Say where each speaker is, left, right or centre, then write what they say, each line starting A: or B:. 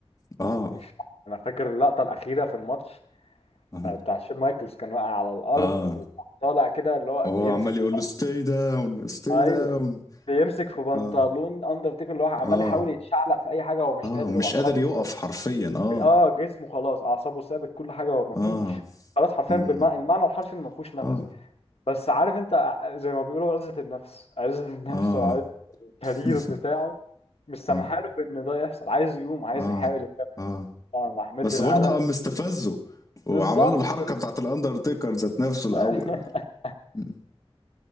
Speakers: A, on the left (about 35°); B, on the left (about 80°).
A: اه
B: مش رحمة. انا فاكر اللقطه الاخيره في الماتش
A: اه
B: آه، بتاع شون مايكلز كان واقع على الارض
A: اه
B: وطالع كده اللي هو
A: وهو
B: بيمسك
A: عمال
B: في
A: يقول له ستاي داون ستاي
B: ايوه
A: داون
B: بيمسك في بنطلون
A: اه
B: اندرتيكر اللي هو عمال
A: اه
B: يحاول يتشعلق في اي حاجه هو مش
A: اه
B: قادر
A: مش
B: هو
A: قادر
B: خلاص
A: يقف حرفيا اه
B: اه جسمه خلاص اعصابه ثابت كل حاجه هو مفيش
A: اه
B: خلاص حرفيا
A: مم.
B: بالمعنى الحرفي ما فيهوش نفس
A: اه
B: بس عارف انت ع- زي ما بيقولوا عزة النفس عزة النفس
A: اه
B: وعزة الكارير
A: <laughs>
B: بتاعه مش سامحاله
A: اه
B: بان ده يحصل عايز يقوم عايز
A: اه
B: يحاول يكمل
A: اه
B: طبعا راح مد
A: بس
B: القلم
A: برضه قام مستفزه وعمل
B: بالظبط
A: له الحركة بتاعت الاندرتيكر ذات نفسه الاول
B: <laughs>
A: مم.